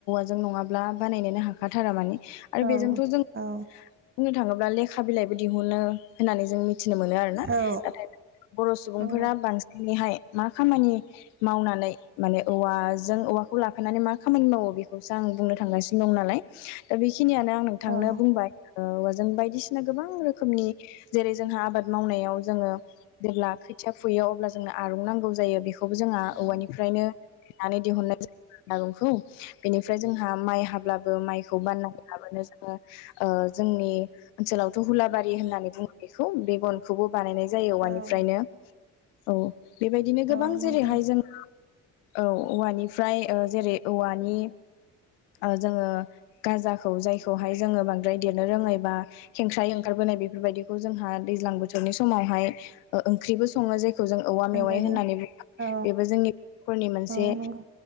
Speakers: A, on the left (about 80°); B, on the right (about 35°).
A: जों नङाब्ला बानायनोनो हाखाथारा माने आरो बेजोंथ
B: औ
A: जों बुंनो थाङोब्ला लेखा बिलाइबो दिहुनो होननानै जों मिथिनो मोनो आरोना
B: औ
A: नाथाय बर' सुबुंफोरा
B: नंगौ
A: बांसिनैहाय मा खामानि मावनानै माने औवाजों औवाखौ लाफानानै मा खामानि मावो बेखौ खौसो आं बुंनो थांगासिनो दं नालाय दा बे बेखिनियानो आं नोंथांनो
B: औ औ
A: बुंबाय । औ जों बायदिसिना गोबां रोखोमनि जेरै जोंहा आबाद मावनायाव जोङो जेब्ला खोथिया फुयो अब्ला जोंनो आरुं नांगौ जायो बेखौ बे खौबो जोंहा
B: औ
A: औवानिफ्रायनोनानै दिहुननाय जा <unintelligible> बेनिफ्राय जों माइ हाब्लाबो माइखौ बाननानै लाबोनो जा ओ जोंनि ओनसोलावथ हुलाबारि होननानै बुङो। बेखौ बेेगनखौबो बानायनाय जायो औवानिफ्रायनो
B: औ
A: औ बेबायदिनो गोबां
B: औ नंगौ
A: जेरैहाय जोङो औ औवानिफ्राय जेरै औवानि जोङो गाजाखौ जायखौहाय जोङो बांद्राय देरनो रोङै बा खेंख्राय ओंखारबोनाय बेफोरबायदिखौ जोंहा दैज्लां बोथोरनि समावहाय ओंख्रिबो सङो जे खौ जों औवा
B: मोनजायो
A: मेवाइ होननानै बुङो
B: औ
A: बेबो जोंनिफोरनि मोनसे
B: औ नंगौ